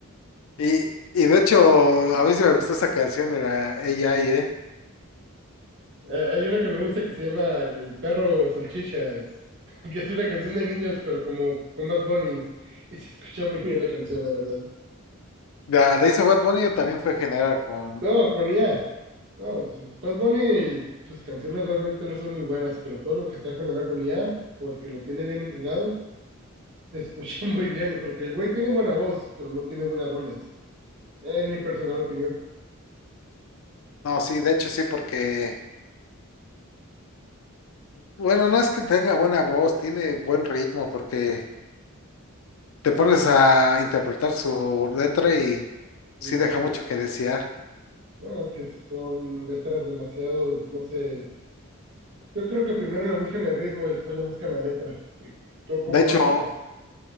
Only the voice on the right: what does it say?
Eh, Hay una que me gusta que se llama El el perro salchicha, <laughs> que es una canción de niños, pero como con Bad Bunny. Y se escucha muy bien la canción, la verdad.
No, con IA. No, su- Bad Bunny, sus canciones realmente no son muy buenas, pero todo lo que está generado con IA, porque lo tiene bien entrenado, se escucha <laughs> muy bien, porque el güey tiene buena voz, pero no tiene buenas rolas, en mi personal opinión.
Y no,
pues,
no, es que son letras demasiado, no sé. Yo creo que primero le buscan el ritmo y después le buscan la letra. Y todo como
antes.